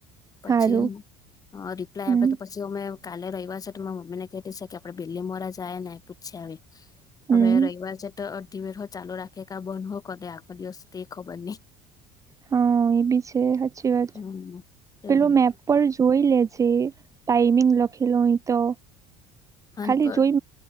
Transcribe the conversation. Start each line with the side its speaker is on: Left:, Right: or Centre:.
Left: પછી
Right: સારું
Left: રિપ્લાય
Right: હમ
Left: આપે તો પછી જો અમે કાલે ર્યા છ છે તો મમ્મીને કતીી છે કે આપે બિલ્લી મોરજાય ને પૂછી આવે
Right: હમ
Left: હવે રવવાર છે તો અધિવર હ ચાલુ રાખે કા બંધ હોો ક આખો દિવ. દખો બને.
Right: હા એ બી છે સાચી વાત
Left: હમ તેજ
Right: પેલો
Left: ને
Right: મેપ. ઉપર જોઈ લેજે ટાઈમિંગ લખેલો અય તો
Left: હાન
Right: ખાલી
Left: પર
Right: જોઈ.